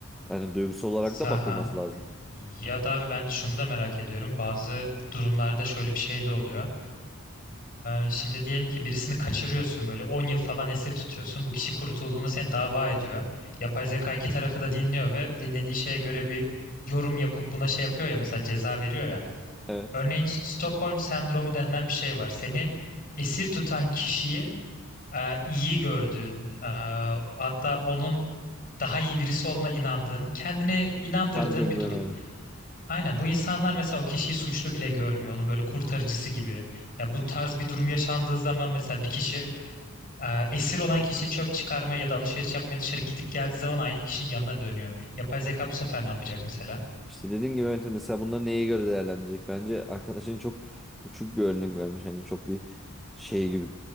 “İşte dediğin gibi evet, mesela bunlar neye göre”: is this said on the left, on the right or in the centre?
Centre